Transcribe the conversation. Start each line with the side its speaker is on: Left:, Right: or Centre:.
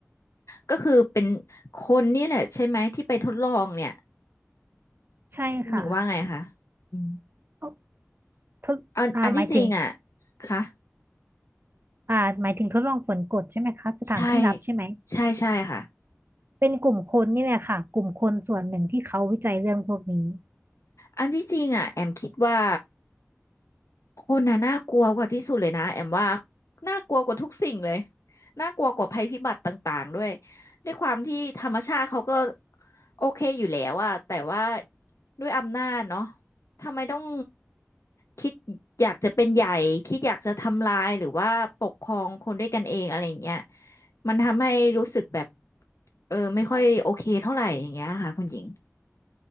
Left: ก็คือเป็นคนนี่แหละใช่ไหมที่ไปทดลองเนี่ย
Right: ใช่ค่ะ
Left: คุณหญิงว่าไงคะอืม
Right: ก็ทดอ่าหมายถึง
Left: อันอันที่จริงอ่ะค่ะ
Right: อ่าหมายถึงทดลองฝนกรดใช่ไหมคะสถานที่รับใช่ไหม
Left: ใช่ใช่ใช่ค่ะ
Right: เป็นกลุ่มคนนี่แหละค่ะกลุ่มคนส่วนหนึ่งที่เขาวิจัยเรื่องพวกนี้
Left: อันที่จริงอ่ะแอมคิดว่าคนน่ะน่ากลัวกว่าที่สุดเลยนะแอมว่าน่ากลัวกว่าทุกสิ่งเลยน่ากลัวกว่าภัยพิบัติต่างๆด้วยด้วยความที่ธรรมชาติเขาก็โอเคอยู่แล้วอะแต่ว่าด้วยอำนาจเนาะทำไมต้องคิดอยากจะเป็นใหญ่คิดอยากจะทำลายหรือว่าปกครองคนด้วยกันเองอะไรอย่างเงี้ยมันทำให้รู้สึกแบบเออไม่ค่อยโอเคเท่าไหร่อย่างเงี้ยค่ะคุณหญิง